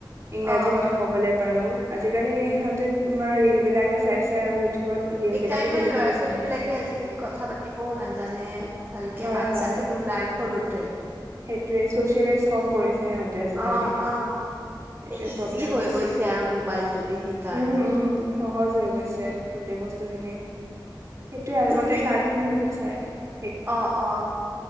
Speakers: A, on the right (about 40°); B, on the right (about 25°).
A: ইংৰাজী
B: অ',
A: কথা ক'বলৈ পাৰো। পাৰো আজিকালি ইহতে তোমাৰ ৰিল বিলাকে চাইছোই আৰু। ইউটিউবত গেম
B: এই
A: বিলাকে
B: কাৰণে
A: খেলি
B: ল'ৰা
A: খেলি
B: ছোৱালী
A: জানে
B: বিলাকে আজিকালি কথা পাতিবও নাজানে। ভালকে
A: হয়
B: মাত
A: হয়
B: চাতো নোলায় সৰুতে।
A: সেইটোৱে চচিয়েলাইজ কম কৰিছে সিহঁতে আজিকালি
B: অ',
A: সেইটোৱে
B: অ', ইজি
A: প্ৰব্লেম
B: হৈ
A: হৈছে।
B: গৈছে আৰু মোবাইলটোদি সেইকাৰণে
A: উম উম সহজ হৈ গৈছে গোটেই বস্তু খিনি। সেইটয়ে আগতে
B: তুমি
A: কাৰ্টুন বিলাক আছিল। তাই
B: অ অ